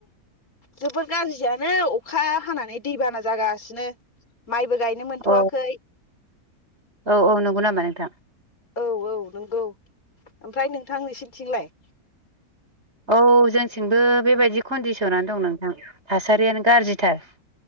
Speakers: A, on the left (about 65°); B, on the right (about 45°).
A: जोबोर गाज्रियानो अखा हानानै दैबाना जागासिनो। माइबो- गायनो मोनथ'वाखै
B: औ औ औ औ नंगौ नामा नोंथां?
A: औ औ नोंगौ। ओमफ्राय नोंथां नोंसोरनिथिंलाय?
B: औ जोंथिंबो बेबायदि कन्डिसनानो दं नोंथां। थासारियानो गाज्रिथार